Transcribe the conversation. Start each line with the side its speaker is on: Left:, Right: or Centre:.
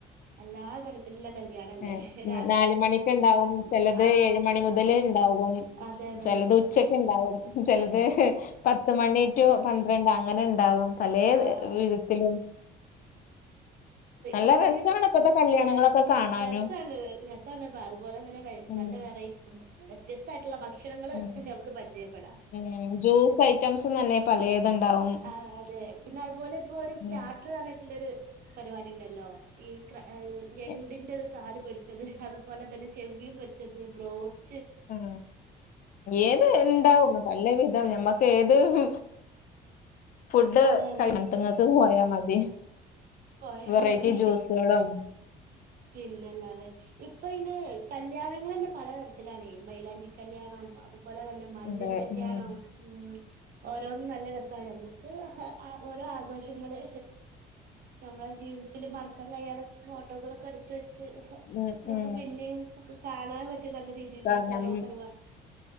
Right: അല്ലാ കല്യാണം അല്ലേ
Left: ഉം ഉം
Right: രാ
Left: നാല് മണിക്ക് ഇണ്ടാവും
Right: ആഹ്
Left: ഏഴ് മണി മുതൽ ഉണ്ടാവും
Right: അതെ അതെ
Left: ചിലത് ഉച്ചക്ക് ഉണ്ടാവും ചിലത്
Right: അതെ
Left: പത്ത് മണി ടു പന്ത്രണ്ട് അങ്ങനെണ്ട് ഉണ്ടാകും പല
Right: ആഹ്
Left: വിധത്തിലും നല്ല
Right: ഇപ്പൊ
Left: രസാണ് ഇപ്പത്തെ കല്യാണങ്ങളൊക്കെ
Right: രാ
Left: കാണാനും
Right: രസമാണ് രസമാണ്പ്പ അതുപോലെ തന്നെ
Left: ഉം
Right: നല്ല വെറൈറ്റ വ്യത്യസ്തായിട്ടുള്ള ഭക്ഷണങ്ങള്
Left: ഉം
Right: നമക്ക് പരിചയപ്പെടാം
Left: ഉം ജ്യൂസ് ഐറ്റംസും തന്നെ പലേത്ണ്ടാവും
Right: ആ അതെ പിന്നെ അതുപോലെ ഇപ്പോ ഒരു സ്കാട്ടർ
Left: ഉം
Right: പറഞ്ഞട്ടുള്ളരു പരിപാടി ഉണ്ടല്ലോ ഈ ഞണ്ടിന്റെ
Left: എ-
Right: കാല് പൊരിച്ചത് അതുപോലെ തന്നെ ചെമീൻ പൊരിച്ചത് ബ്രോസ്
Left: ഉ ഏത് ഉണ്ടാവും പല വിധം ഞമ്മക്ക് ഏത് അത് ഫുഡ്
Right: അതെ അതെ
Left: കഴിക്കുന്നിടത്ത് പോയാ മതി
Right: പോയാ
Left: വെറൈറ്റി
Right: മതി
Left: ജ്യൂസുകളും
Right: പിന്നല്ലാതെ ഇപ്പൊ ഇന് കല്യാണങ്ങള് പലതരത്തിലാണ് മൈലാഞ്ചി കല്ല്യാണം അതുപോലെ തന്നെ മഞ്ഞൾ
Left: ഉണ്ട്
Right: കല്യാണം
Left: ഉം
Right: ഉ ഓരോന്നും നല്ല രസമാണ് നമ്മുക്ക് ഓരോ ആഘോഷങ്ങള് നമ്മളെ ജീവിതത്തില് മറക്കാൻ കഴിയാതത്ത് ഫോട്ടകളൊക്കെ എടുത്ത്
Left: ഉം
Right: ഞമുക്ക്
Left: ഉം
Right: പിന്നെയും കാണാൻ പറ്റിയ നല്ല രീതിൽ
Left: ക- ഞം
Right: ഓരോ പരിപാട്